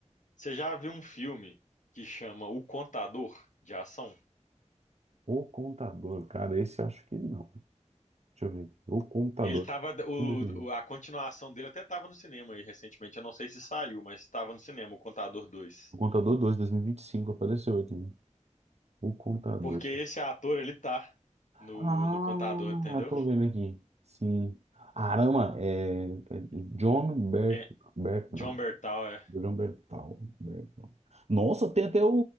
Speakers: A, on the left; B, on the right.
A: você já viu um filme que chama O Contador de Ação?
B: O Contador, cara, esse eu acho que não. Deixa eu ver aqui. O Contador.
A: Ele tava. O,
B: Como é que é?
A: o- a continuação dele até tava no cinema aí recentemente. Eu não sei se saiu, mas estava no cinema, O Contador dois.
B: O Contador 2, 2025, apareceu aqui. né? O Contador.
A: Porque esse ator, ele tá
B: Ah,
A: no, no contador, entendeu?
B: eu tô vendo aqui. Sim. Arama, é, é John Bert,
A: Ben-
B: Bert,
A: John Bertal, é.
B: Julian Bertal. Bertal. Nossa, tem até o,